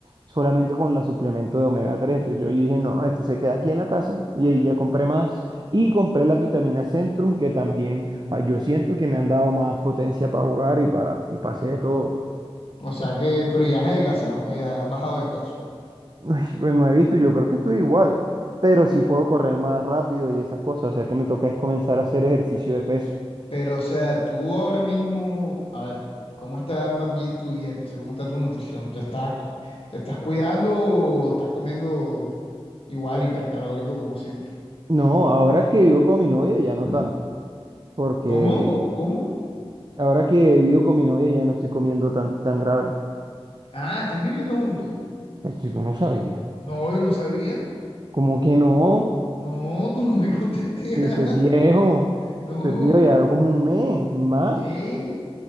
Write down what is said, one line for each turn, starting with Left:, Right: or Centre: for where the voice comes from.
Right: solamente con la suplemento de omega tres, Entonces yo dije, no, esto se queda aquí en la casa. Y ahí ya compré más. Y compré la vitamina Centrum, que también ah, yo siento que me han dado más potencia para jugar y para, y para hacer de todo.
Left: O sea que, pero ya has adelgazado, que ya has bajado de peso.
Right: Ay, Pues no he visto, yo creo que estoy igual, pero sí puedo correr más rápido y esas cosas, o sea que me toca es comenzar a hacer ejercicio de peso.
Left: Pero, o sea, tú ahora mismo, a ver, ¿cómo está más bien tu dieta? O sea, ¿cómo está tu nutrición? ¿Te estás, te estás cuidando o estás comiendo igual hipercalórico como siempre?
Right: No,
Left: No.
Right: ahora que vivo con mi novia ya no
Left: Mm.
Right: tanto, porque
Left: ¿Cómo? ¿Cómo? ¿Cómo?
Right: ahora que vivo con mi novia ya no estoy comiendo tan, tan grave.
Left: Ah, ¿están viviendo juntos?
Right: Pues yo no sabía.
Left: No, yo no sabía.
Right: ¿Cómo que no?
Left: No, tú no me <laughs> contaste
Right: Eso
Left: nada.
Right: es viejo,
Left: No,
Right: eso es viejo ya como un mes más.
Left: ¿qué?